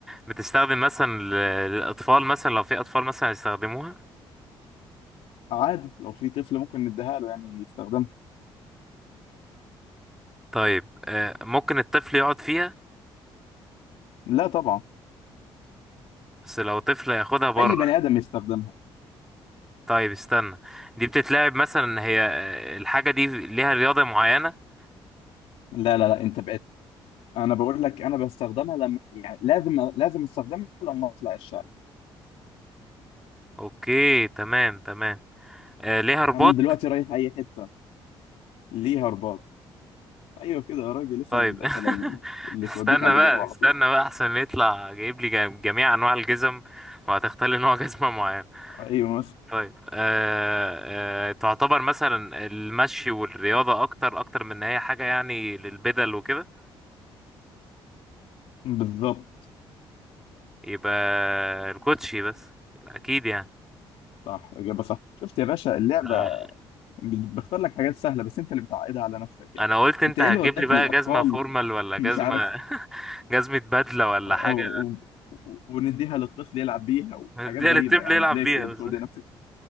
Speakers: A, in the centre; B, on the left.
A: بتستخدم مثلا ل- للاطفال مثلا لو في اطفال مثلا يستخدموها
B: عادي لو في طفل ممكن نديها له يعني يستخدمها
A: طيب آه، ممكن الطفل يقعد فيها
B: لا طبعا
A: بس لو طفل ياخدها بره
B: اي بني ادم يستخدمها
A: طيب استنى دي بتتلعب مثلا هي آه، الحاجة دي ليها رياضة معينة
B: لا لا لا انت بقيت انا بقول لك انا بستخدمها لما يعني لازم لازم استخدمها لما اطلع الشارع
A: اوكي تمام تمام آه، ليها رباط
B: انا دلوقتي رايح اي حته ليها رباط ايوه كده يا راجل اسأل
A: طيب
B: الاسئله
A: <laughs>
B: اللي توديك
A: استنى
B: على
A: بقى
B: الاجابه على
A: استنى
B: طول
A: بقى احسن يطلع جايب لي جم- جميع انواع الجزم وهتختار لي نوع <laughs> جزمة معين
B: ايوه مثلا
A: طيب أه أه تعتبر مثلا المشي والرياضة اكتر اكتر من ان هي حاجة يعني للبدل وكده
B: بالظبط
A: يبقى الكوتشي بس يبقى اكيد يعني
B: صح اجابه صح شفت يا باشا اللعبه
A: انا
B: بت- بختار لك حاجات سهله بس انت اللي بتعقدها على نفسك يعني
A: أنا قلت انت
B: انت ايه
A: هتجيب
B: اللي وداك
A: لي بقى
B: للاطفال
A: جزمه فورمال
B: <laughs>
A: ولا
B: مش
A: جزمه
B: عارف
A: <laughs> جزمه بدله ولا
B: و-
A: حاجه
B: و- ونديها للطفل يلعب بيها وحاجات
A: <laughs> دي
B: غريبة
A: الطفل
B: يا عم
A: يلعب
B: ليه
A: بيها
B: كده
A: بس
B: بتودي نفسك